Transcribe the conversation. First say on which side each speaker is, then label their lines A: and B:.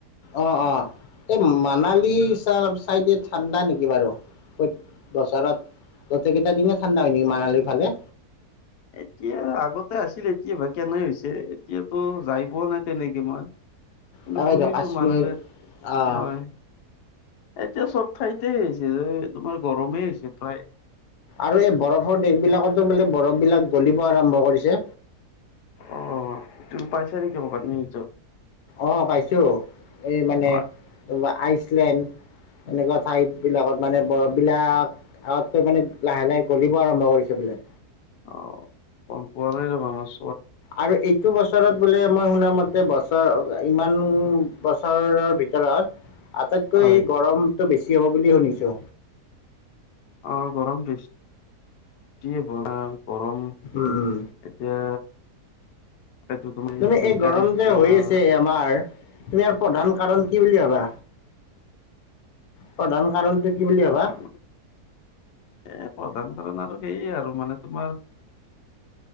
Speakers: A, on the left; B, on the left.
A: অ', অ', এই মানালীৰ চাইডে ঠাণ্ডা নেকি বাৰু। প্ৰ বছৰত গোটেইকেইটা দিনে ঠাণ্ডা হয় নেকি মানালীৰ ফালে।
B: এতিয়া আগতে আছিল এতিয়া বা কেনে হৈছে, এতিয়াতো যাই পোৱা নাই তেনেকে মই। কিন্তু
A: তাকেইতো
B: শুনিছো
A: কাশ্মীৰ
B: মানলৈ
A: অ',
B: হয়। এতিয়া চব ঠাইতে হৈছে এই তোমাৰ গৰমেই হৈছে প্ৰায়।
A: আৰু এই বৰফৰ দেশ বিলাকতো বোলে বৰফবিলাক গলিব আৰম্ভ কৰিছে।
B: অ তুমি পাইছা নেকি ম পাতত
A: অ' পাইছো এই মানে
B: হয়
A: আইচ। ক্লেন এনেকুৱা ঠাইতবিলাকত মানে বৰফবিলাক মানে লাহে-লাহে গলিব আৰম্ভ কৰিছ বোলে।
B: অ' গম পোৱা নাই ৰবা মাছ
A: আৰু এইটো বছৰত বোলে মই শুনা মতে বছ ব ইমান বছৰৰ ভিতৰত আটাইতকৈ
B: হয়
A: গৰমটো বেছি হ'ব বুলি শুনিছোঁ।
B: অ' গৰম বেছ- বেছিযে গৰাম। গৰম
A: উম উম
B: এতিয়া তাকেতো
A: তুমি
B: দুই
A: এই গৰম
B: তাৰিখ
A: যে
B: তোমাৰ
A: হৈ আছে আমাৰ তুমি ইাৰ প্ৰধান কাৰণ কি বুলি ভাবা। প্ৰধান কাৰণটো কি বুলি ভবা।
B: প্ৰধান এ প্ৰধান কাৰণ আৰু সেইয়ে আৰু মানে তোমাৰ।